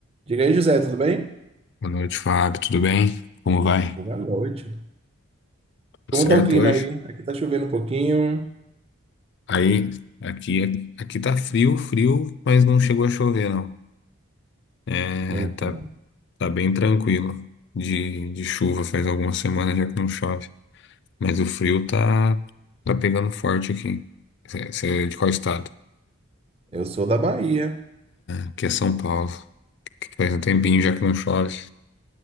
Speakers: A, on the right; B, on the left.
A: Diga aí, José, tudo bem?
B: Boa noite, Fábio. Tudo bem? Como vai?
A: Boa noite.
B: Tudo
A: Como
B: certo
A: tá o clima
B: hoje?
A: aí? Aqui tá chovendo um pouquinho.
B: Aí, aqui, aqui tá frio, frio, mas não chegou a chover, não. É,
A: Então,
B: tá, tá bem tranquilo de, de chuva. Faz algumas semanas já que não chove. Mas o frio tá, tá pegando forte aqui. Você é de qual estado?
A: Eu sou da Bahia,
B: Aqui é São Paulo, que faz um tempinho já que não chove.